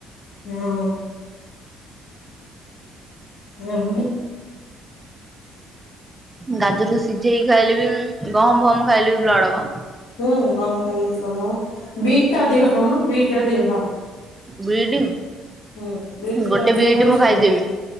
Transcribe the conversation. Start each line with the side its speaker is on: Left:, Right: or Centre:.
Left: ହଁ। ହୁଁ ହୁଁ।
Right: ଗାଜର କୁ ସିଝେଇକି ଖାଇଲେ ବି ଗହମ ଫମ ଖାଇଲେ ବି ବ୍ଲଡ଼ ହବ
Left: ହୁଁ ଗହମ ଖାଇଲେ ବ୍ଲଡ଼ ହବ ବିଟ୍ ଟା ଅଧିକ ଖାଉନ ବିଟ୍ ଅଧିକ ଖାଅ
Right: ବିଟ୍
Left: ହୁଁ ବିଟ୍ ଯେତେ
Right: ଗୋଟେ
Left: ଅଧିକ
Right: ବିଟ୍
Left: ଖାଇବ
Right: ମୁଁ
Left: ସେତେ
Right: ଖାଇଦେବି
Left: ଭଲ।